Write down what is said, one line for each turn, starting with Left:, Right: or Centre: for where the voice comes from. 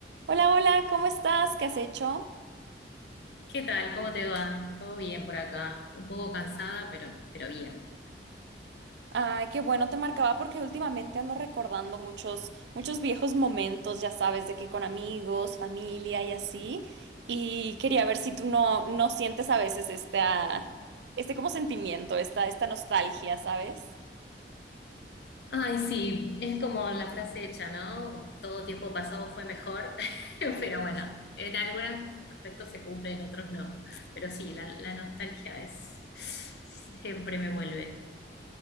Right: Hola, hola, ¿cómo estás? ¿Qué has hecho?
Left: ¿Qué tal? ¿Cómo te va? Todo bien por acá. Un poco cansada, pero, pero bien.
Right: Ay, qué bueno, te marcaba porque últimamente ando recordando muchos, muchos viejos momentos, ya sabes, de que con amigos, familia y así. Y quería ver si tú no, no sientes a veces esta, este como sentimiento, esta, esta nostalgia, ¿sabes?
Left: Ay, sí, es como la frase hecha, ¿no? Todo tiempo pasado fue mejor, <laughs> pero bueno, en algunos aspectos se cumple, en otros no. Pero sí, la, la nostalgia es siempre me vuelve.